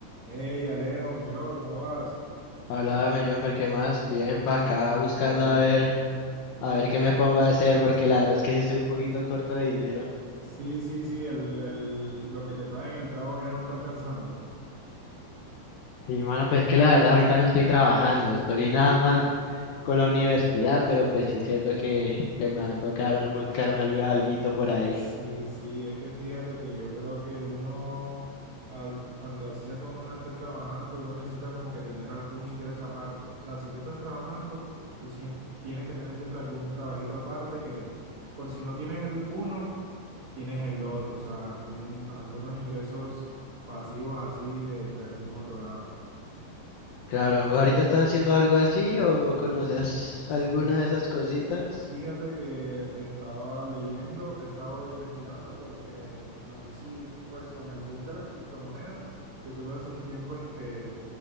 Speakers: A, on the right; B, on the left.
A: Hey, Alejo, mi bro, ¿cómo vas?
B: Háblame, Jonfer, ¿qué más? Bien, para acá buscando
A: ¿Todo bien?
B: a ver, a ver qué me pongo a hacer, porque la verdad es que sí estoy un poquito corto de dinero.
A: Sí, sí, sí, el, el, lo que te paga en el trabajo ya no está alcanzando.
B: Sí, mano,
A: Que tú
B: pues que la verdad ahorita no estoy trabajando, estoy nada más con la universidad, pero pues sí siento que, que me va
A: tien-
B: a tocar buscarme algo, alguito por ahí.
A: Sí, sí, es que fíjate que yo creo que uno, ah, cuando así sea que uno no esté trabajando, uno necesita como que tener algún ingreso aparte. O sea, si tú estás trabajando, tú siempre, tienes que tener siempre algún trabajito aparte que, por si no tienes el uno, tienes el otro. O sea, algún, algunos ingresos pasivos así de, de algún otro lado.
B: Claro, ¿vos ahorita estás haciendo algo así o, o conoces
A: Mm,
B: alguna
A: No,
B: de esas cositas?
A: Fíjate que estaba leyendo, estaba investigando porque no sé si pues con el boom de las criptomonedas, yo tuve hace un tiempo en que